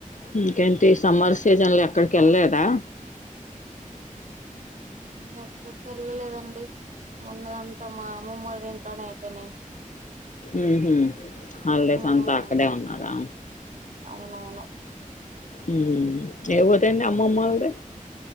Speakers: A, on the left (about 65°); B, on the right (about 65°).
A: ఇంకేంటి సమ్మర్ సీజన్ లో ఎక్కడకి వెళ్లేదా
B: ఎక్కడికి వెళ్ళలేదండి మొన్నంత మా మ ఇంట్లోనే అయిపోయినాయి
A: ఉ హు హాలిడేసంతా
B: మ్మ్
A: అక్కడే ఉన్నారా
B: అవునవును
A: ఊ ఏ ఊరకండి అమ్మమ్మోల్ది